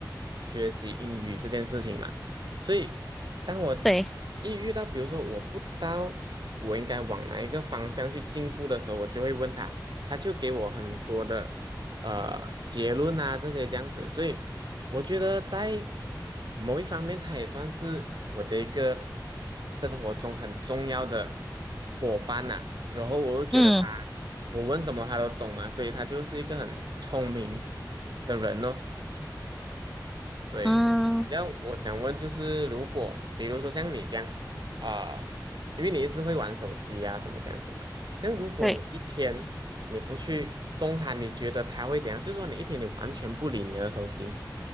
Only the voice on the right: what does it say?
学习英语这件事情嘛。所以当我一遇到，
比如说我不知道我应该往哪一个方向去进步的时候，我就会问他，他就给我很多的呃结论啊这些这样子，所以我觉得在某一方面，他也算是我的一个生活中很重要的伙伴呐、然后我又觉得他，
我问什么他都懂嘛，所以他就是一个很聪明的人哦。对，
然后我想问，就是如果比如说像你这样啊、呃因为你一直会玩手机呀、什么这样子嘛，但如果你一天你不去动它，
你觉得它会怎样？就是说你一天你完全不理你的手机，